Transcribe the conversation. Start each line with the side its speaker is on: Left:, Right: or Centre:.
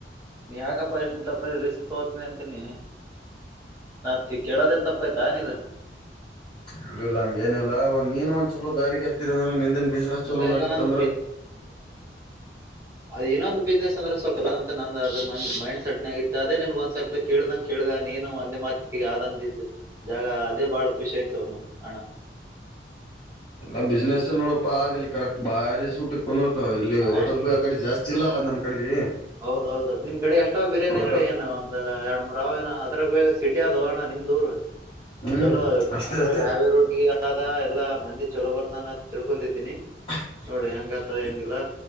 Right: ನೀ ಯಾಕಪ್ಪ ಇ ತಪ್ಪ ರಿಸ್ಕ್ ತಗೋತನಿ ಅಂತೀನಿ ನತ್ತ ಕೇಳದೇ ತಪ್ಪಾಯಯ್ತ ಇದು
Left: ಎಲ್ಲ ಇಲ್ಲ ಹಂಗೇನಿಲ್ಲಾ ಒಂದ್ ನೀನ್ ಒಂದ ಚಲೋ ದಾರಿಿಗೆ ಹತ್ತಿದ ಅಂದ್ರೆ ನಂದನ್ ಬಿಸ್ನೆಸ್ ಚಲೋ
Right: ಇಲ್ಲ
Left: ನಡೀತ
Right: ಇಲ್ಲ ನಂದ್
Left: ಅಂದ್ರ
Right: ಅದೇನೊಂದ ಬಿಸ್ನೆಸ್ ಅಂದ್ರ ಸ್ವಲ್ಪಲ್ಲ ನಂದ ಅ ಮ ಮೈಂಡ್ ಸೆಟ್ನಗಿತ್ತು ಅದೇ ನಿನ್ಗ ಒಂದ್ಸಲ ಕೇಳ್ದಂಗ ಕೇಳಿದ ನೀನು ಒಂದೇ ಮಾತಿ ಆದಂದಿದ್ದು ಜಾಗ ಅದೇ ಬಾಳ ಖುಷಿ ಆಯ್ತು ಅಮ್ಮ ಹಣ
Left: ಎಲ್ಲ ಬಿಸ್ನೆಸ್ ನೋಡಪ್ಪ ಆದಿಲ್ಲ ಕರೆಕ್ಟ್ ಬಾರಿ ಸೂಟಿ ೋರ್ತ ಇಲ್ಲಿ ಹೋಟೆಲ್
Right: ಆಯ್ತು
Left: ಬಿ ಆ ಕಡೆ ಜಾಸ್ತಿ ಇಲ್ಲಲ್ಲ ನಮ್ ಕಡೆಗೆ
Right: ಹೌದೌದು ನಿಮ್ ಕಡೆ ಎಷ್ಟಾವ್ ಬಿರಿಯಾನಿ
Left: ಹೋಟೆಲ್
Right: ಅಂಗಡಿ ಏನು ಒಂದ್ ಎರಡ್ ಮೂರ್ ಅವಾವ ಏನು ಅದ್ರಾಗ ಸಿಟಿ ಅದೋ ಅಣ್ಣಾ ನಿಮ್ದೂರ್
Left: ಹ್ಮ್
Right: ಚಲೋ
Left: ಅಷ್ಟೇ
Right: ಅದ್ರಾಗ
Left: ಅಷ್ಟೇ
Right: ಹೈವೇ ರೋಡ್ಗೆ ಆದ ಎಲ್ಲಾ. ಮಂದಿ ಚಲೋ ಬರ್ದಾನ ತಿಳ್ಕೊಂಡಿದ್ದೀನಿ.
Left: <unintelligible>
Right: ನೋಡು ಹೆಂಗಾತವ ಹೆಂಗಿಲ್ಲ